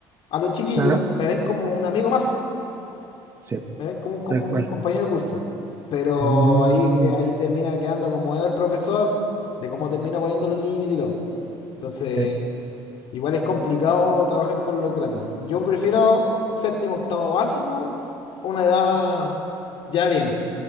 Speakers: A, on the left; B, on the right.
A: a los chiquillos
B: claro.
A: me ven como un amigo más.
B: Sí,
A: Me ven como un, como
B: tal
A: un
B: cual.
A: compañero de curso. Pero
B: Mm,
A: ahí, ahí termina quedando como en el profesor, de cómo termina poniendo los límites y todo. Entonces,
B: sí.
A: igual es complicado trabajar con los grandes. Yo prefiero séptimo, octavo básico, una edad ya bien,